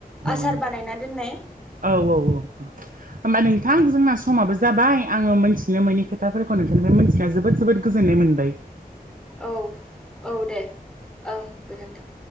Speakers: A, in the centre; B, on the right (about 60°).
A: आसार
B: औ।
A: बानायना दोननाय
B: औ औ औ होमबा नोंथां जोंना समाबो जाबाय, आङो मोनथिनो मोनैनि खोथाफोरखौ नोंथांनिफ्राय मोनथिना जोबोद जोबोद गोजोननाय मोनबाय।
A: औ औ दे ओं गोजोन्थों।